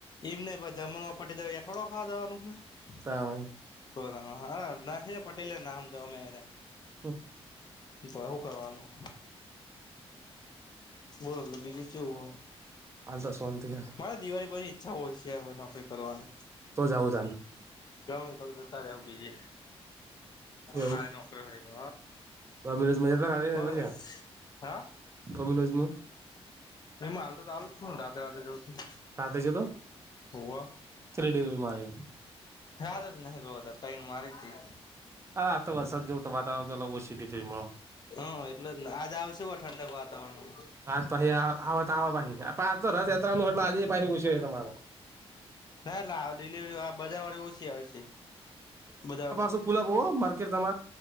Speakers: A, on the left; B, on the right.
A: ઈમ ની પણ જમણમાં ફટ દઈને ખાવાં ખાવા જવાનું હો
B: તાણ
A: <unintelligible> હા, હા નાહી પટેલર નામ દમેરા
B: હ
A: ભવું કરવાનું બોલ બીજું શું હ
B: હાલતો શોનંતી હ
A: મારે દિવાળી પછી ઈચ્છા હોય છે નોકરી કરવાની
B: તો જાઉ જા
A: ગમે તો તો તારે આવું બીજે
B: એવું
A: સારી નોકરી હોય
B: <unintelligible>
A: બઉ હા એમાં હાલ તો ચાલ છું રાતેે રાતેે જઉ છું
B: કતે છે તો
A: હોવ
B: કેલી ડેરી મારી
A: રા જ ન તૈને મારી હતી
B: આ તો વર્ષાદ જેવું વાતાવરણ લોબો સિટી જેમો
A: હા, એટલે જ આજ આવશે હો ઠંડક વાતાવરણમાં
B: આ જ પાછી આવ તો આવ પછી રથયાત્રાનુંટલો આજ પાછી ઉછી તમા
A: હેના ડીલિવરી બજાર વાળી ઓછી હોય છે બજાર
B: ખુલાબો માર્કેટ તમારે